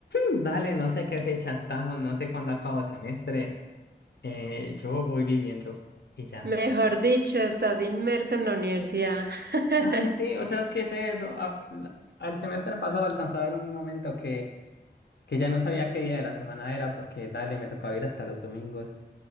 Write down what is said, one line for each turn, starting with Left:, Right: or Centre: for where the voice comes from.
Left: Dale, no sé qué fecha estamos, no sé cuándo acabo semestre. eh, yo voy viviendo y ya.
Right: Mejor dicho, estás inmerso en la universidad. <laughs>
Left: Dale, sí, o sea, es que es eso. a- la- al semestre pasado alcanzaba a ver un momento que, que ya no sabía qué día de la semana era porque, dale, me tocaba ir hasta los domingos.